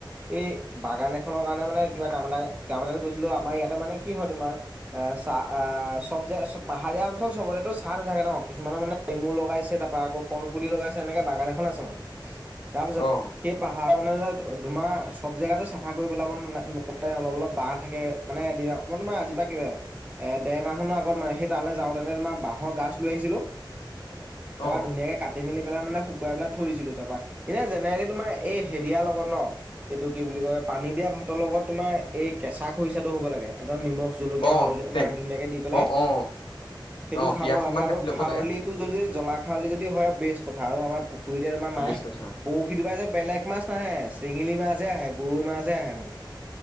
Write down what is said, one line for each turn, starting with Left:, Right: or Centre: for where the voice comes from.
Right: এই বাগান এখনৰ কাৰণে মানে কিবা কাম এটা কাম এটাত গৈছিলোঁ। আমাৰ ইয়াতে মানে কি হয় তোমাৰ আ চাহ আহ চ'ব জে পাহাৰীয়া অঞ্চল চবৰেতো চাহ নেথাকে ন। কিছুমানৰ মানে নেমু লগাইছে, তাৰপা আকৌ কলপুলি লগাইছে, এনেকে বাগান এখন আছে মানে তাৰ পিছত
Left: অ
Right: সেই পাহাৰ খনে দুমাহচ চ'ব জেগাতো চাফা কৰি পেলাব ন নোৱাৰে অলপ অলপ বাঁহ থাকে মানে এদিনা মই তোমাৰ আজি পৰা এ দেৰ মাহ মানৰ আগত মানে সেই তালৈ যাওঁ তেনে তোমাৰ বাঁহৰ গাজ লৈ আহিছিলোঁ। তাৰপা
Left: অ
Right: বা
Left: অ
Right: ধুনীয়াকে কাটি মেলি। পেলাই মানে শুকুৱাই পেলাই থৈ দিছিলোঁ। তাৰপা, এতিয়া জেনেৰেলি তোমাৰ এই হেৰিয়া লগত ন। এইটো কি বুলি কয় পানী দিয়া ভাতৰ লগত তোমাৰ এই কেঁচা খৰিচাটো হ'ব লাগে, একদম নিমখ জলকীয়া
Left: অ',
Right: হালধি
Left: তে
Right: মানে ধুনীয়াকে দি পেলাই,
Left: অ', অ',
Right: সেইটো
Left: অ',
Right: খাব
Left: পিয়াজ
Right: লাগে
Left: অকমান কাটি
Right: আৰু
Left: ল'ব
Right: খাৱলিত
Left: লাগে
Right: টো যদি যদি জলা খাউলি যদি হয় বেছ কথা আৰু আমাৰ পুখুৰীতে তোমাৰ মায়ে
Left: বেছ কথা
Right: বহু <unintelligible> যে বেলেগ মাছ নাহে চেঙেলি মাছে হে আহে গৰৈ মাছহে আহে মানে।